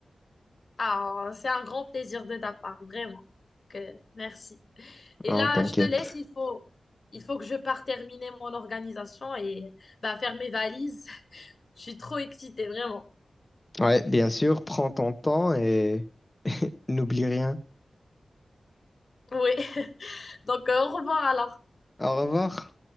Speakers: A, on the left; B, on the left.
A: Ah, c'est un grand plaisir de ta part, vraiment. Que, merci. Et
B: Non,
A: là,
B: t'inquiète.
A: je te laisse, il faut, il faut que je parte terminer mon organisation et bah, faire mes valises. <laughs> Je suis trop excitée, vraiment.
B: Ouais, bien sûr, prends ton temps et <laughs> n'oublie rien.
A: Oui. <laughs> Donc, euh, au revoir alors.
B: Au revoir.